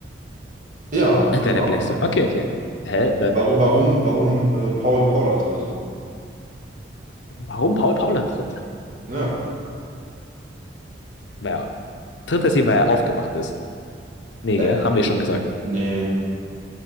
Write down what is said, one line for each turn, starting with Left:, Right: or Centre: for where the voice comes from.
Right: Ja,
Left: Und
Right: genau.
Left: der, der Black so, okay, okay. Hä? Da,
Right: Warum, warum, warum äh, Paul Paula tritt?
Left: warum Paul Paula tritt?
Right: Ja.
Left: Ja, tritt er sie, weil er aufgewacht ist? Nee,
Right: Äh,
Left: gell? Haben wir schon gesagt.
Right: nee,